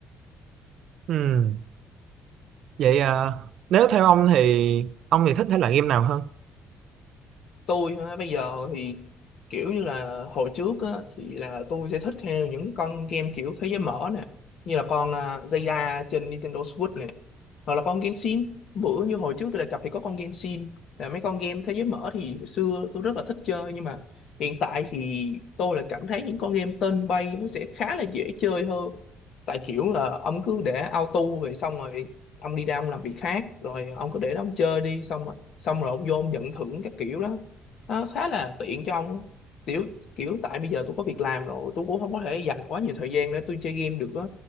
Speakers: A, on the right (about 65°); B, on the left (about 60°).
A: ừ vậy ờ, nếu theo ông thì ông thì thích thể loại game nào hơn
B: tôi hả, bây giờ thì kiểu như là hồi trước á, thì là tôi sẽ thích theo những cái con game kiểu thế giới mở nè như là con à, Zelda trên Nintendo Switch nè hoặc là con Genshin bữa như hồi trước tôi đề cập thì có con Genshin là mấy con game thế giới mở thì hồi xưa tôi rất là thích chơi nhưng mà hiện tại thì tôi là cảm thấy những con game tên bay nó sẽ khá là dễ chơi hơn tại kiểu là ông cứ để auto rồi xong rồi ông đi ra ông làm việc khác rồi ông cứ để đó ông chơi đi xong rồi xong rồi ông vô ông nhận thưởng các kiểu đó nó khá là tiện cho ông á. kiểu kiểu tại bây giờ tôi có việc làm rồi tôi cũng không có thể dành quá nhiều thời gian để tôi chơi game được á